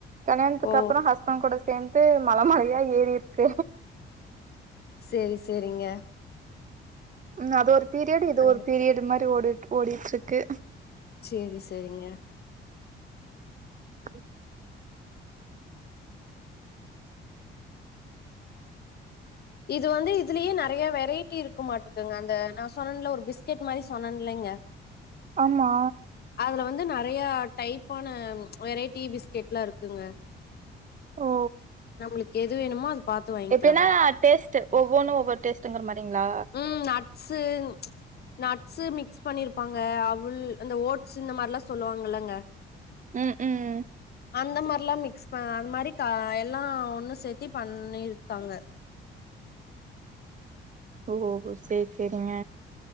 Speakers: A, on the right; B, on the left.
A: கல்யாணத்துக்கு
B: ஓ
A: அப்புறம் ஹஸ்பண்ட் கூட சேந்து மல மலயா ஏறி இருக்க
B: செரி செரிங்க
A: அது ஒரு பீரியடு இது
B: அங்க
A: ஒரு
B: இருக்கு
A: பீரியடு மாரி ஓடி ஓடிட்ருக்கு
B: சேரி செரிங்க
A: <inaudible>
B: இது வந்து இதுலயே நெறைய வெரைட்டி இருக் கு மாட்டருக்குங்க அந்த நா சொன்ன இல்ல ஒரு பிஸ்கேட் மாரி சொன்னேன் இல்லங்க
A: ஆமா
B: அதுல வந்து நறையா டைப்பான வெரைட்டி பிஸ்கெட்லா இருக்குங்க
A: ஓ
B: நம்மளுக்கு எது வேணுமோ அது பாத்து வாங்கிக்கலாங்க
A: எப்டினா டேஸ்ட்டு ஒவ்வொன்னும் ஒவ்வொரு டேஸ்ட்டுங்கிற மாரிங்கிளா
B: ம் நட்ஸு நட்ஸு மிக்ஸ் பண்ணியிருப்பாங்க அவுல் அந்த ஓட்ஸ் இந்த மாரிலா சொல்லுவாங்க இல்லங்க
A: ம் ம் ம்
B: அந்த மாரிலாம் மிக்ஸ் ப அது மாரி தா எல்லாம் ஒன்னு சேத்தி பண்ணிருக்காங்க
A: ஓ செரி செரிங்க